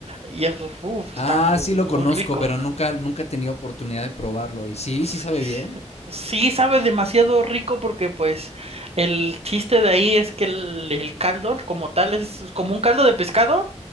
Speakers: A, on the right; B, on the left.
A: Y eso, uf,
B: Ah,
A: está mu-
B: sí lo
A: muy,
B: conozco,
A: rico.
B: pero nunca, nunca he tenido oportunidad de probarlo. Y sí,
A: Sí,
B: sí sabe
A: sí,
B: bien.
A: sí sabe demasiado rico porque, pues, el chiste de ahí es que el, el caldo, como tal, es es como un caldo de pescado,